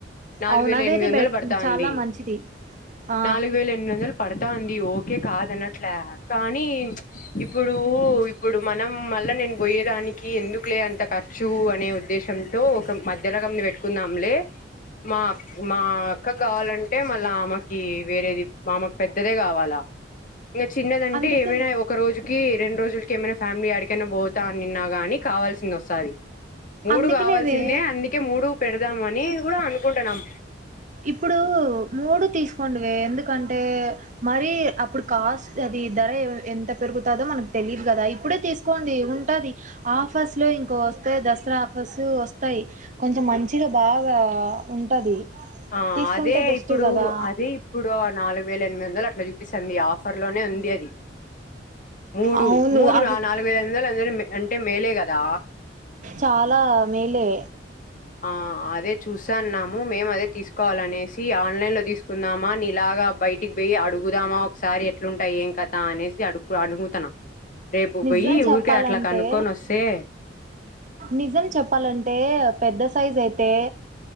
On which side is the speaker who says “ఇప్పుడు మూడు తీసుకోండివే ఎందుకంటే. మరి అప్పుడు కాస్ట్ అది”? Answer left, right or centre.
Right